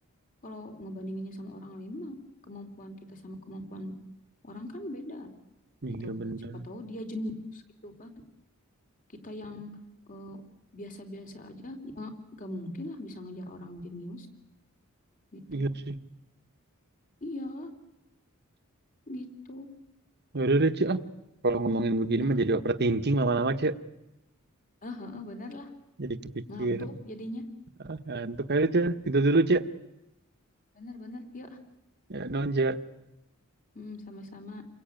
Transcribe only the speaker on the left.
Kalau ngebandinginnya sama orang lain mah kemampuan kita sama kemampuan orang kan beda
gitu.
Siapa tahu dia jenius gitu kan kita yang eh, biasa-biasa aja ya gak mungkin lah bisa ngejar orang jenius gitu
iya gitu
nah,
ah, ah, bener lah
ngantuk jadinya
bener-bener yuk ah.
hmm, sama-sama